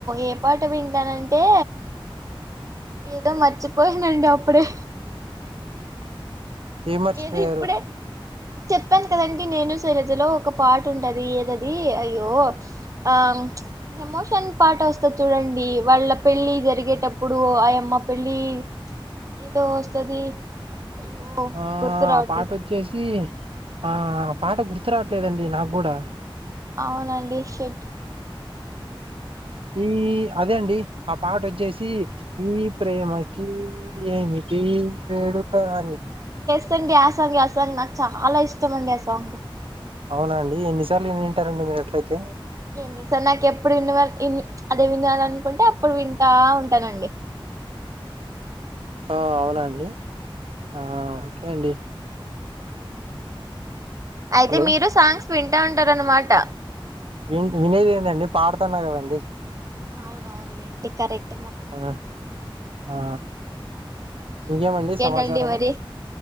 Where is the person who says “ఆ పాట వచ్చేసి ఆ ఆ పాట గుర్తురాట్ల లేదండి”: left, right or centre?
Right